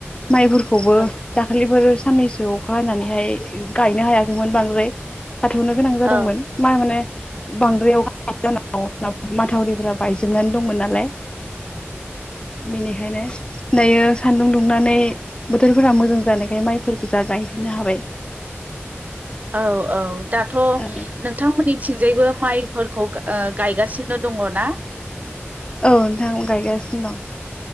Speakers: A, on the left; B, on the right.
A: माइफोर खौबो
B: औ
A: दाखालिफोर साननैसो अखा हानानैहाय गायनो हायाखैमोन बांद्राय। थाथ'नो गोनां जादोंमोन
B: औ
A: मा-माने। बांद्रायाव <unintelligible> माथावरिफ बायजोबनानै दंमोन नालाय। बेनिखायनो दायो सान्दुं दुंनानै बोथोरफोरा मोजां जानायखाय माइफोरफोरखौ जा गायफिननो हाबाय।
B: औ औ दाथ'
A: औ
B: नोंथांमोननि थिंजायबो माइफोरखौ ओ गायगासिनो दङ ना?
A: औ नोंथां गायगासिनो दं।